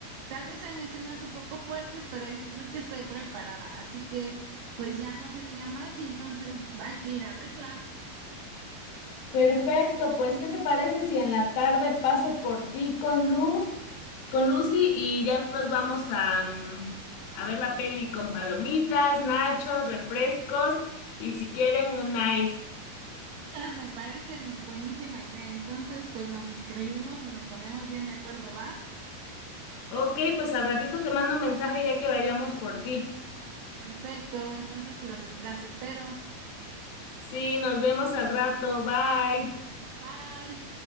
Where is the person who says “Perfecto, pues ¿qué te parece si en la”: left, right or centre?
Left